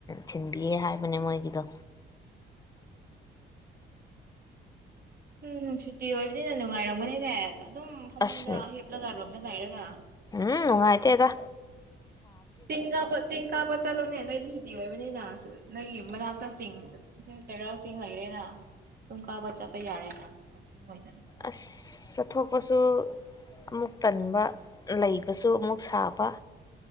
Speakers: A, on the left; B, on the right.
A: ꯊꯤꯟꯕꯤꯌꯦ ꯍꯥꯏꯕꯅꯦ ꯃꯣꯏꯒꯤꯗꯣ
B: ꯎꯝ ꯁꯨꯇꯤ ꯑꯣꯏꯕꯅꯤꯅ ꯅꯨꯡꯉꯥꯏꯔꯝꯒꯅꯤꯅꯦ ꯑꯗꯨꯝ ꯐꯃꯨꯡꯗ
A: ꯑꯁ
B: ꯍꯦꯞꯂꯒꯔꯣ ꯅ ꯇꯩꯔꯒ
A: ꯎꯝ ꯑꯥꯏꯇ ꯑꯗ
B: ꯆꯤꯡ ꯀꯥꯞꯄ ꯆꯦꯡ ꯀꯥꯞꯄ ꯆꯠꯂꯨꯅꯦ ꯅꯣꯏꯗꯤ ꯁꯨꯇꯤ ꯑꯣꯏꯕꯅꯤꯅ ꯅꯣꯏꯒꯤ ꯃꯅꯥꯛꯇ ꯆꯤꯡ ꯆꯩꯔꯥꯎ ꯆꯤꯡ ꯂꯩꯔꯦꯅ ꯇꯨꯡ ꯀꯥꯕ ꯆꯠꯄ ꯌꯥꯔꯦꯅ ꯋꯀꯤꯡ ꯑꯣꯏꯅ
A: ꯑꯁ ꯆꯠꯊꯣꯛꯄꯁꯨ ꯑꯃꯨꯛ ꯇꯟꯕ ꯂꯩꯕꯁꯨ ꯑꯃꯨꯛ ꯁꯥꯕ